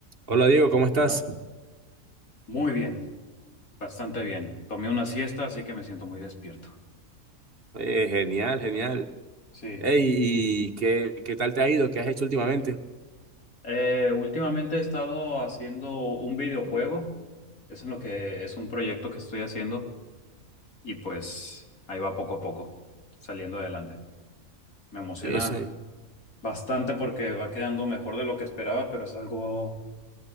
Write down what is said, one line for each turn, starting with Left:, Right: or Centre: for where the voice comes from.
Right: Hola Diego, ¿cómo estás?
Left: Ajá. Muy bien, bastante bien. Tomé una siesta, así que me siento muy despierto.
Right: Eh, genial, genial.
Left: Sí.
Right: Ey, ¿y qué, qué tal te ha ido? ¿Qué has hecho últimamente?
Left: Eh, últimamente he estado haciendo un videojuego. Es en lo que es un proyecto que estoy haciendo y pues ahí va poco a poco, saliendo adelante. Me emociona
Right: Eso,
Left: bastante porque va quedando mejor de lo que esperaba, pero es algo